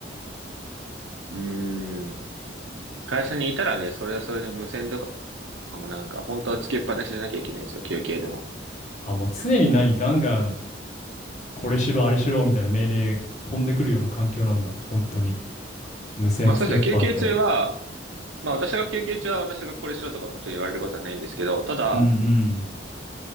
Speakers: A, on the right (about 85°); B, on the left (about 40°).
A: うーん。会社にいたらね、それはそれで無線とかもなんか、本当はつけっぱなしじゃなきゃいけないんですよ、休憩でも。
B: あ、もう常に何、ガンガン、これしろ、あれしろ、みたいな命令飛んでくるような環境なんだ。本当に。無線つけっぱって。
A: まあそうですね、休憩中は、まあ私が休憩中は私がこれしろとかもちろん言われることはないんですけど、ただ、
B: うんうん。